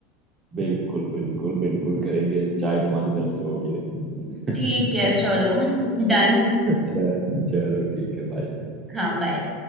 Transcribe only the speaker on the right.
बिल्कुल बिल्कुल बिल्कुल करेंगे चाय तुम्हारी तरफ से होगी लेकिन
<laughs>
चल चलो ठीक है भाई